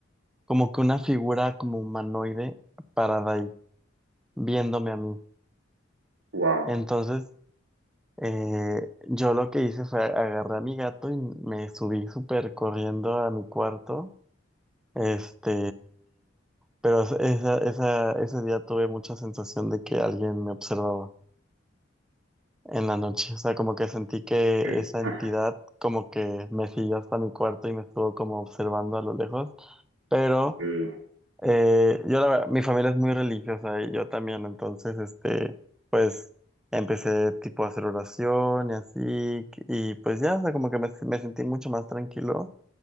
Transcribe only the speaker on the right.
Wow.
sí,
<laughs>
sí,